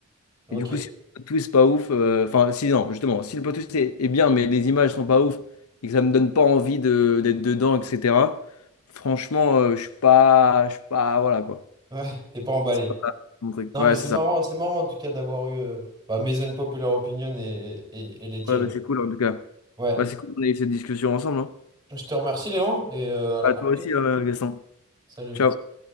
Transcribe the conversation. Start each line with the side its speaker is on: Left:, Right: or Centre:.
Right: Ok.
Left: Et du coup, si le plot twist pas ouf. euh, Enfin, si, non, justement, si le plot twist est, est bien, mais les images sont pas ouf et que ça me donne pas envie de... d'être dedans, etc. Franchement, euh, je suis pas. Je suis pas. Voilà, quoi.
Right: Ouais, <laughs> t'es pas emballé.
Left: C'est pas mon truc.
Right: Non,
Left: Ouais,
Right: mais c'est
Left: c'est
Right: marrant,
Left: ça.
Right: c'est marrant en tout cas d'avoir eu euh, bah, mes unpopular opinions et, et, et les tiennes.
Left: Ouais, bah, c'est cool, en tout cas.
Right: Ouais.
Left: Bah, c'est cool qu'on ait eu cette discussion ensemble. Hein.
Right: Je te remercie, Léandre, et euh, à la
Left: Bah,
Right: prochaine.
Left: toi aussi, euh, Gaston.
Right: Salut.
Left: Ciao.